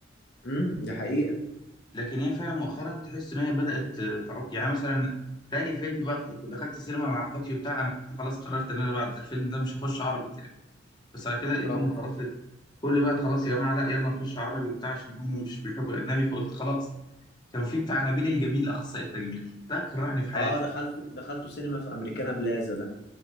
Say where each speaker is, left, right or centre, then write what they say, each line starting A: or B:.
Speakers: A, on the left (about 60°); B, on the left (about 25°).
A: امم ده حقيقة
B: لكن هي فعلا مؤخرا تحس ان هي بدات تعك يعني مثلا تاني فيلم بقى دخلت السينما مع اخواتي وبتاع انا كنت خلاص قررت ان انا بعد الفيلم ده مش هخش عربي تاني بس على كده لقيتهم
A: اه
B: خلاص كل بقى خلاص يا جماعه لا يلا نخش عربي وبتاع عشان هم مش بيحبوا الاجنبي فقلت خلاص كان في بتاع نبيل الجميل اخصائي التجميل ده كرهني في حياتي
A: اه دخلته دخلته سينما في امريكانا بلازا ده